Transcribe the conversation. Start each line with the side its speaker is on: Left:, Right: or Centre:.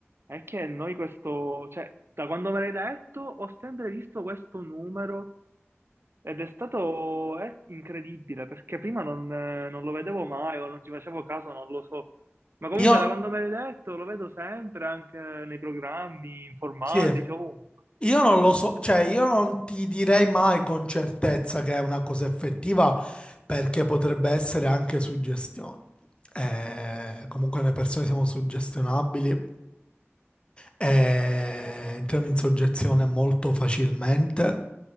Right: è che noi questo, cioè, da quando me l'hai detto, ho sempre visto questo numero ed è stato, è incredibile, perché prima non, eh, non lo vedevo mai o non ci facevo caso, non lo so. Ma comunque
Left: Io,
Right: da quando me l'hai detto lo vedo sempre anche nei programmi informatici,
Left: sì,
Right: ovunque.
Left: io non lo so, cioè io non ti direi mai con certezza che è una cosa effettiva perché potrebbe essere anche suggestione. Eh, comunque le persone siamo suggestionabili. e entriamo in soggezione molto facilmente.